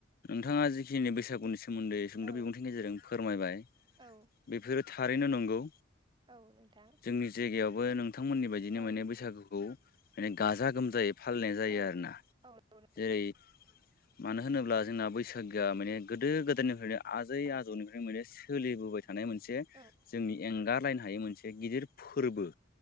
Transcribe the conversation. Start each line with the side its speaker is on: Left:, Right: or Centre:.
Left: नोंथाङा जिखिनि बैसागुनि सोमोन्दै सुंद'
Right: औ
Left: बिबुंथिनि गेजेरजों फोरमायबाय
Right: औ
Left: बेफोर थारैनो नंगौ
Right: औ नोंथां
Left: जोंनि जायगायावबो नोंथांमोननि बायदिनो
Right: औ
Left: माने बैसागुखौ माने गाजा गोमजायै फालिनाय जायो
Right: औ
Left: आरोना
Right: औ नोंथां
Left: जेरै मानो होनोब्ला जोंना बैसागोआ माने गोदो गोदायनिफ्राय आजै
Right: औ
Left: आजौनिफ्राय माने सोलिबोबाय थानाय मोनसे
Right: औ
Left: जोंनि एंगारलायनो हायै मोनसे गिदिर फोरबो